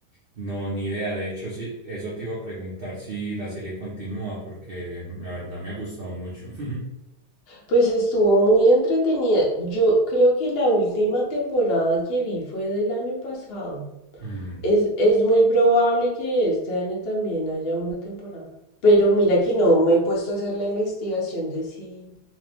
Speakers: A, on the right (about 60°); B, on the left (about 75°).
A: No, ni idea. De hecho, sí, eso te iba a preguntar si la serie continúa, porque la verdad me ha gustado mucho. <laughs>
B: Pues estuvo muy entretenida. Yo creo que la última temporada que vi fue del año pasado.
A: Mm.
B: Es, es muy probable que este año también haya una temporada. Pero mira que no me he puesto a hacer la investigación de si,